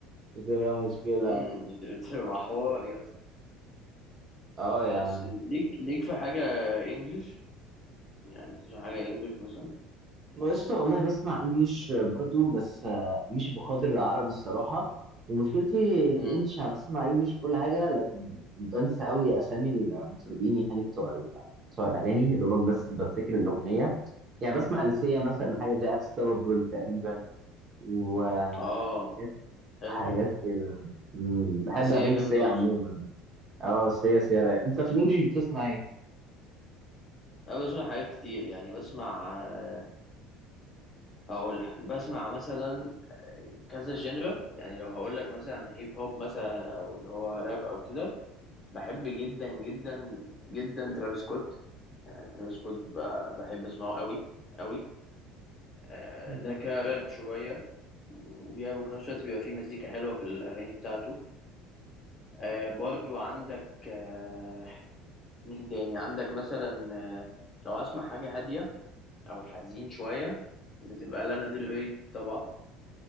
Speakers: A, on the right (about 25°); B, on the left (about 25°).
A: بتبقى مشكله
B: امم بتبقى حوار يا اسطى
A: اه يا
B: بس
A: عم
B: ليك ليك في حاجة انجلش يعني تسمع حاجة انجلش مثلا
A: بص والله بسمع انجليش برضو بس آه، مش بقدر العربي الصراحة ومشكلتي في
B: مم.
A: الانجليش انا بسمع انجليش في كل حاجة لكن بنسى قوي اسامي المطربين يعني بتوع ال- بتوع الاغاني يا دوبك بس بفتكر الاغنية يعني بسمع لسيا مثلا
B: مم.
A: حاجة زي انستوبابل تقريبا وحاجات
B: اه حلو
A: حاجات كده مم، بحب
B: سيا
A: اغاني
B: جامدة
A: سيا عموما
B: اصلا
A: اه سيا سيا رايقة. انت في الانجليش بتسمع ايه؟
B: انا بسمع حاجات كتير يعني بسمع آه، هقول لك بسمع مثلا كذا جنرا يعني لو هقول لك مثلا هيب هوب مثلا او اللي هو راب او كده بحب جدا جدا جدا ترافيس سكوت يعني ترافيس سكوت ب- بحب اسمعه قوي قوي آه،
A: مم.
B: ده كراب شوية وبي- وفي نفس الوقت بيبقى فيه مزيكا حلوة في الأغاني بتاعته آه برضو عندك آه مين تاني عندك مثلا آه لو هسمع حاجة هادية أو حزين شوية بتبقى لانا ديل ري طبعا